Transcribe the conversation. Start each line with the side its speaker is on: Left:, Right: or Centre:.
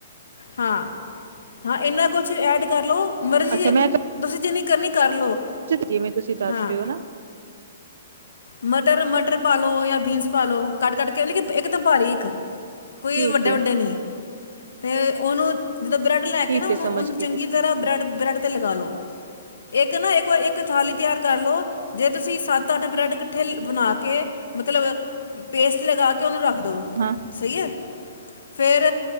Left: ਹਾਂ ਹਾਂ ਇੰਨਾ ਕੁਛ ਐਡ ਕਰ ਲੋ ਮਰਜ਼ੀ
Right: ਅੱਛਾ ਮੈਂ
Left: ਤੁਸੀਂ ਜਿੰਨੀ ਕਰਨੀ ਕਰ ਲਓ
Right: ਜਿਵੇਂ ਤੁਸੀਂ ਦੱਸ
Left: ਹਾਂ
Right: ਰਹੇ ਹੋ ਨਾ
Left: ਮਟਰ ਮਟਰ ਪਾ ਲਉ ਜਾਂ ਬੀਨਸ ਪਾ ਲਓ ਕੱਟ ਕੱਟ ਕੇ ਲੇਕਿਨ ਇੱਕ ਦਮ ਭਾਰੀ ਇੱਕ ਕੋਈ
Right: ਠੀਕ
Left: ਵੱਡੇ-ਵੱਡੇ
Right: ਹੈ
Left: ਨੀ, ਤੇ ਉਹਨੂੰ, ਜਦ ਬਰੈਡ ਲੈ
Right: ਠੀਕ
Left: ਕੇ ਨਾ ਉਹਨੂੰ
Right: ਹੈ ਸਮਝ
Left: ਉਹਨੂੰ
Right: ਗਈ
Left: ਚੰਗੀ
Right: ਜੀ ਸਮਝ
Left: ਤਰ੍ਹਾਂ ਬ੍ਰੈਡ
Right: ਗਈ
Left: ਬ੍ਰੈਡ ਤੇ ਲ <unintelligible> ਇੱਕ ਨਾ ਇੱਕ ਵਾਰ ਇੱਕ ਥਾਲੀ ਤਿਆਰ ਕਰ ਲੋ ਜੇ ਤੁਸੀਂ ਸੱਤ ਤਦ ਬ੍ਰੈਡ ਇਕੱਠੇ ਬਣਾ ਕੇ ਮਤਲਬ, ਪੇਸਟ ਲਗਾ, ਕੇ ਉਹਨੂੰ ਰੱਖ ਦੋ
Right: ਹਾਂ
Left: ਸਹੀ ਹੈ। ਫੇਰ